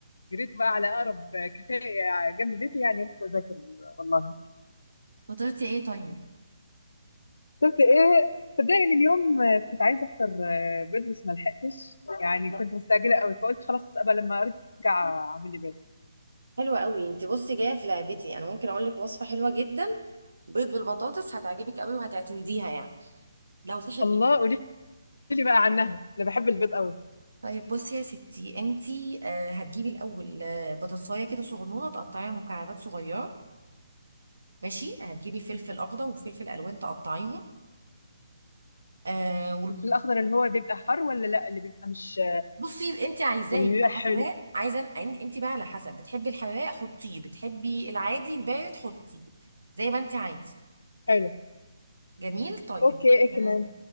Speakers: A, on the left (about 80°); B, on the right (about 85°).
A: جريت بقى على اقرب كافيه يعني جنب بيتي يعني رحت اذاكر والله
B: فطرتي ايه طيب
A: كنت ايه صدقني إن اليوم كنت عايزه افطر بيض بس ما لحقتش يعني كنت مستعجله قوي فقلت خلاص ابقى لما ارجع اعمل لي بيض
B: حلوة قوي انت بصي جاية في لعبتي انا ممكن اقول لك وصفة حلوة جدا بيض بالبطاطس هتعجبك قوي وهتعتمديها يعني لو تحبي
A: الله قولي لي بقى عنها انا بحب البيض قوي
B: طيب بصي يا ستي انت آه هتجيبي الاول آه، بطاطسايه كده صغنونه تقطعيها مكعبات صغيره ماشي هتجيبي فلفل اخضر وفلفل الوان تقطعيهم آه
A: في الاخضر اللي هو بيبقى حار ولا لا اللي بيبقى مش
B: بصي انت عايزاه
A: واللي
B: يبقى
A: بيبقى
B: حراق
A: حلو
B: عايزه انت بقى على حسب بتحبي الحراق حطيه بتحبي العادي البارد حطيه زي ما انت عايزه
A: حلو
B: جميل طيب
A: اوكي ايه
B: آه،
A: كمان